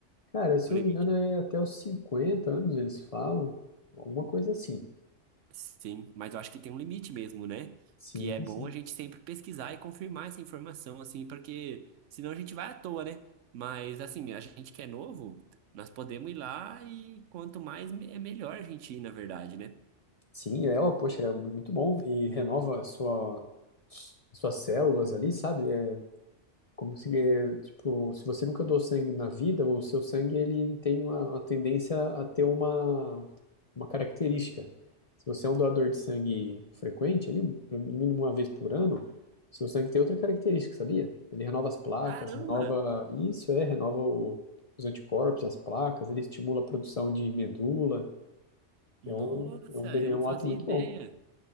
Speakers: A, on the left (about 40°); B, on the right (about 80°).
A: Cara, se
B: O
A: eu
B: limite.
A: não me engano, é até os 50 anos eles falam, alguma coisa assim.
B: Sim, mas eu acho que tem um limite mesmo, né?
A: Sim,
B: Que é bom
A: sim.
B: a gente sempre pesquisar e confirmar essa informação, assim, porque senão a gente vai à toa, né? Mas, assim, a gente que é novo, nós podemos ir lá e quanto mais me- é melhor a gente ir, na verdade, né?
A: Sim, é, ó, poxa, é muito bom, e renova a sua, suas células ali, sabe? É, Como se, é, tipo, se você nunca doou sangue na vida, o seu sangue ele tem uma, uma tendência a ter uma, uma característica. Se você é um doador de sangue frequente, ali, pelo mínimo uma vez por ano, seu sangue tem outra característica, sabia? Ele renova as placas,
B: Caramba!
A: renova isso, é, renova o- os anticorpos, as placas, ele estimula a produção de medula.
B: Nossa,
A: É um, é um, bene-
B: eu
A: é
B: não
A: um
B: fazia
A: ato muito
B: ideia.
A: bom.